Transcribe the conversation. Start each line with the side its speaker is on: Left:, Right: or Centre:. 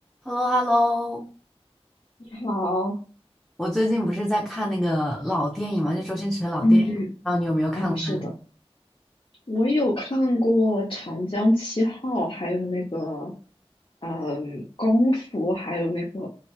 Centre: h e l l o h e l l o
Left: 你好，
Centre: 我最近不是在看那个老电影嘛，就周星驰的老电影，
Left: 嗯嗯，
Centre: 不知道你有没有看过他的？
Left: 嗯，是的，我有看过《长江七号》，还有那个，嗯，《功夫》，还有那个